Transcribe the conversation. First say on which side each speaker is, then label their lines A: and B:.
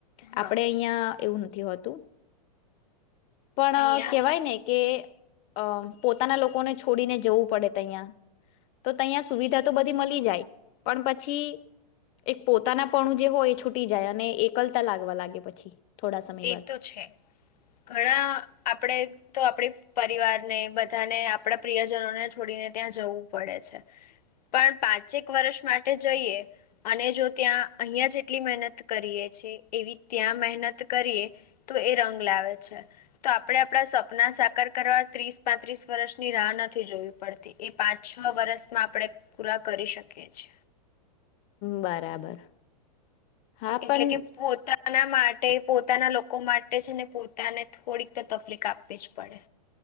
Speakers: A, on the left; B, on the left.
A: આપડે
B: હા
A: અહિયાં એવું નથી તો હતું પણ
B: અહિયાં
A: કેહેવાય ને કે અમ પોતાના લોકોને છોડીને જવું પડે તઇયા તો તહીયા સુવિધા તો બધી મળી જાય પણ પછી એક પોતાના પણ જે હોય એ છૂટી જાય અને એકલતા લાગવા લાગે પછી થોડા સમય
B: એ
A: બાદ
B: તો છે ઘણા આપણે તો આપડી પરિવારને બધાને આપણા પ્રિયજનોને છોડીને ત્યાં જવું પડે છે પણ પાંચેક વર્ષ માટે જઈએ અને જો ત્યાં અહિયાં જેટલી મહેનત કરીએ છેએ એવી ત્યાં મહેનત કરીએ તો એ રંગ લાવે છે તો આપણે આપણા સપના સાકાર કરવા ત્રીસ પાંત્રીસ વર્ષની રાહ નથી જોવી પડતી એ પાંચ છ વર્ષમાં આપણે પૂરા કરી શકીએ છએ
A: બરાબર હા
B: એટલે
A: પણ
B: કે પોતા તાના માટે પોતાના લોકો માટે છે ને પોતાને થોડીક તો તકલીફ આપવી જ પડે